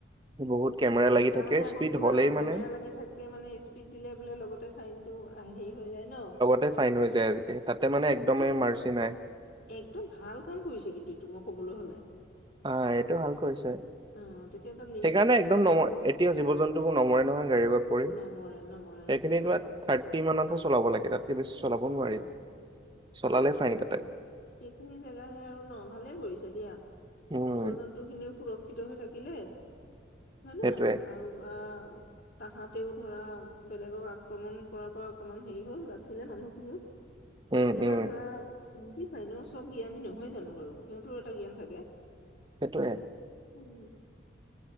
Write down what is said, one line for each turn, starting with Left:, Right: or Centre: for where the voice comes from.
Right: বহুত কেমেৰা লাগি থাকে
Left: মানে আকৌ
Right: স্পীড
Left: কিবা
Right: হ'লেই
Left: অ
Right: মানে
Left: কেমেৰা লাগি থাককে মানে স্পীড দিলে বোলে লগতে ফাইনতটো হেৰি হৈ যায় ন
Right: তে ফাইন হৈ যায় আজি তাতে মানে একদম
Left: এইটো
Right: মাৰ্চি নাই
Left: একদম ভাল কাম কৰিছে কিন্তু এইটো মই কবলৈ হলে
Right: আহ এইটো ভাল কৰিছে
Left: অ' তেতিয়া এটা লিমিট
Right: সেইকাৰণে
Left: টো নিজে
Right: একদম
Left: বুজি
Right: নম
Left: পাবি
Right: এতিয়া জীৱ জন্তুো নমৰে নহয় গাড়ীৰ এত পৰি
Left: নমৰে নমৰে
Right: সেইখিনি
Left: অ' নমৰে
Right: কিবা থাৰ্টি মানতহে চলাব লাগে তাত চলাব নোৱাৰি
Left: অ'
Right: চলালে ফাইন
Left: নাই
Right: কাটে
Left: সেইখিনি জেগাহে আৰু ন ভালে কৰিছে দিয়া
Right: উম
Left: জীৱ জন্তু খিনিও সুৰক্ষিত হৈ থাকিলে হয় নে
Right: সেইটোৱে
Left: নহয় আৰু বা তাহাতেও ধৰা বেলেগক আক্ৰমণ কৰাৰ পৰা অকনমান হেৰি হল বাচিলে মানুহ কেতিয়াবা
Right: উম উম
Left: ধৰা বুজি পাই ন চব জ্ঞানী নহয় জানো বাৰু সিহঁতৰ এটা জ্ঞান থাকে
Right: সেইটোৱে
Left: উম